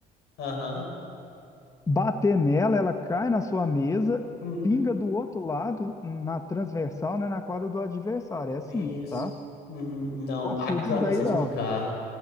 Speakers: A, on the left; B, on the left.
A: aham.
B: bater nela, ela cai na sua mesa,
A: Uhum,
B: pinga do outro lado, na transversal, né, na quadra do adversário. É assim,
A: isso.
B: tá? Não
A: Uhum, não,
B: Confunde
A: bacana
B: isso daí,
A: você explicar.
B: não.